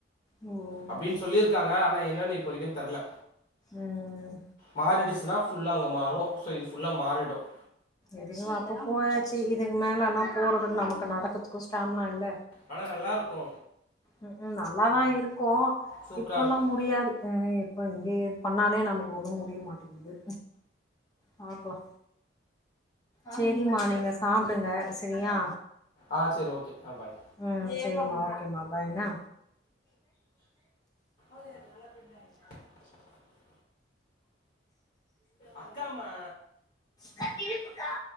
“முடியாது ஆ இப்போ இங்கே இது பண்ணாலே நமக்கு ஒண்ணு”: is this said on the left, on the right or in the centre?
Left